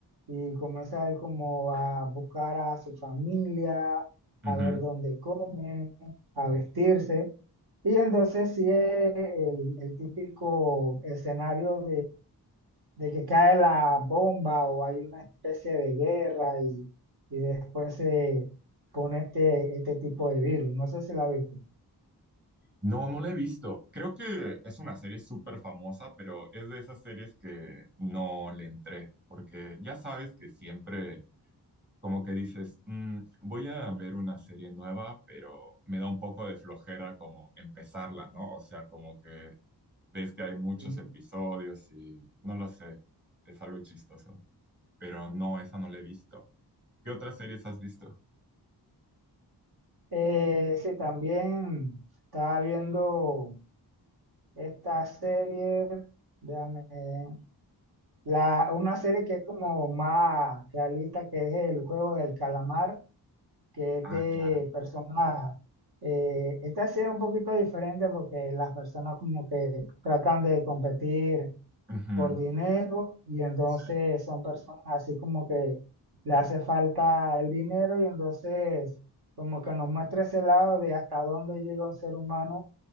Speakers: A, on the right; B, on the right.
A: y comienza él como a buscar a su familia,
B: Ujú.
A: a ver dónde come, a vestirse. Y entonces sí es el, el típico escenario de que cae la bomba o hay una especie de guerra y, y después se pone este, este tipo de virus. No sé si la viste.
B: No, no la he visto. Creo que es una serie súper famosa, pero es de esas series que no le entré, porque ya sabes que siempre como que dices, "Mm, voy a ver una serie nueva, pero me da un poco de flojera como empezarla, ¿no? O sea, como que ves que hay muchos
A: Ujú.
B: episodios y no lo sé, es algo chistoso. Pero no, esa no la he visto. ¿Qué otras series has visto?
A: Eh, sí, también estaba viendo esta serie, déjame, eh, la, una serie que es como más realista, que es el juego del calamar, que es
B: Ah,
A: de
B: claro.
A: personas. eh, esta serie es un poquito diferente porque las personas como que tratan de competir
B: Ujú,
A: por dinero y entonces
B: Sí,
A: son personas así como que le hace falta el dinero y entonces como que nos muestra ese lado de hasta dónde llega un ser humano